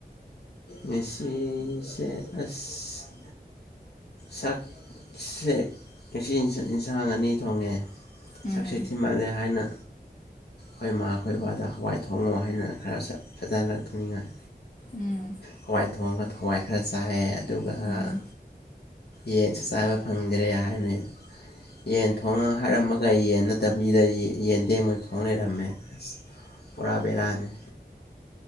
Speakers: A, on the left; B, on the left.
A: ꯃꯦꯁꯤꯁꯦ ꯑꯁ ꯁꯛꯁꯦ ꯉꯁꯤ ꯏꯟꯁꯥꯡ ꯑꯅꯤ ꯊꯣꯡꯉꯦ
B: ꯎꯝ
A: ꯁꯛꯁꯦ ꯊꯤꯃꯜꯂꯦ ꯍꯥꯏꯅ ꯑꯩꯈꯣꯏ ꯑꯩꯈꯣꯏꯕꯥꯗ ꯍꯋꯥꯏ ꯊꯣꯡꯉꯣ ꯍꯥꯏꯅ ꯈꯔ ꯁꯛ ꯐꯖꯅ ꯊꯣꯡꯅꯤꯡꯉꯥꯏ
B: ꯎꯝ
A: ꯍꯋꯥꯏ ꯊꯣꯡꯉꯒ ꯍꯋꯥꯏ ꯈꯔ ꯆꯥꯏꯌꯦ ꯑꯗꯨꯒ ꯉꯔꯥꯡ
B: ꯎꯝ
A: ꯌꯦꯟꯁꯨ ꯆꯥꯕ ꯐꯪꯗꯔꯦ ꯍꯥꯏꯅ ꯌꯦꯟ ꯊꯣꯡꯉꯣ ꯍꯥꯏꯔꯝꯃꯒ ꯌꯦꯟ ꯅꯠꯇꯕꯤꯗ ꯌꯦ ꯌꯦꯟꯗꯦꯡ ꯑꯣꯏꯅ ꯊꯣꯡ ꯂꯩꯔꯝꯃꯦ ꯑꯁ ꯄꯨꯔꯥ ꯕꯦꯔꯥꯅꯤ